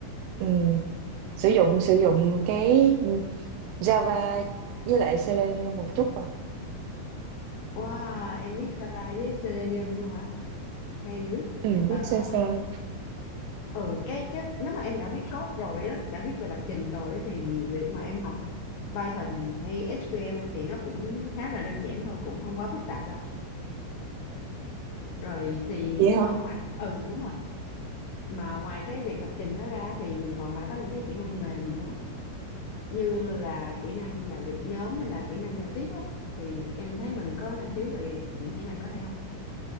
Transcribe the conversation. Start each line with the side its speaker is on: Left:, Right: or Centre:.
Right: ừ, sử dụng sử dụng cái Java với lại Selenium một chút vào
Left: Wow, em biết Sava với Selenium luôn hả? Hay dữ.
Right: Ừ,
Left: À,
Right: biết sơ sơ.
Left: ừ, cái, cái nếu mà em đã biết code rồi á, đã biết về lập trình rồi á, thì việc mà em học Python hay SQL thì nó cũng khá là đơn giản thôi, cũng không quá phức tạp đâu. Rồi thì
Right: vậy
Left: nhưng
Right: hả
Left: mà ngoài ừ đúng rồi, mà ngoài cái việc lập trình đó ra thì mình còn phải có những cái kỹ năng mềm nữa, như là kỹ năng làm việc nhóm hay là kỹ năng giao tiếp á thì em thấy mình có năng khiếu về những kỹ năng đó hay không?